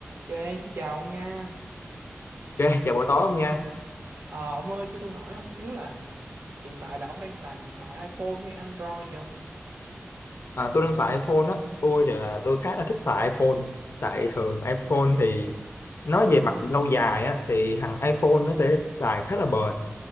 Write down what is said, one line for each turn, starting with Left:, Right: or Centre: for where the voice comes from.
Right: Ok, xin chào ông nha.
Left: Ok, chào buổi tối ông nha.
Right: Ờ, ông ơi, cho tôi hỏi ông xíu là hiện tại là ông đang xài điện thoại iPhone hay Android gì không?
Left: À, tôi đang xài iPhone á. Tôi thì là tôi khá là thích xài iPhone. Tại thường iPhone thì nói về mặt lâu dài á thì thằng iPhone nó sẽ xài khá là bền.